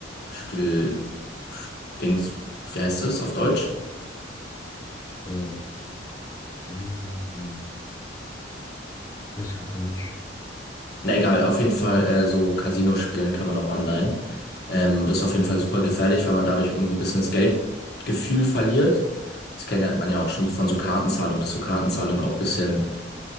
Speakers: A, on the left; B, on the left.
A: Spiel, Sch- Dings, wie heißt es auf Deutsch?
B: äh, Gambling, äh, weiß ich grad gar nicht.
A: Na egal, auf jeden Fall äh, so Casino spielen kann man auch online. Ähm, das ist auf jeden Fall super gefährlich, weil man dadurch irgendwie ein bisschen das Geldgefühl verliert. Das kennt ja, man ja auch schon von so Kartenzahlung, dass so Kartenzahlung auch ein bisschen,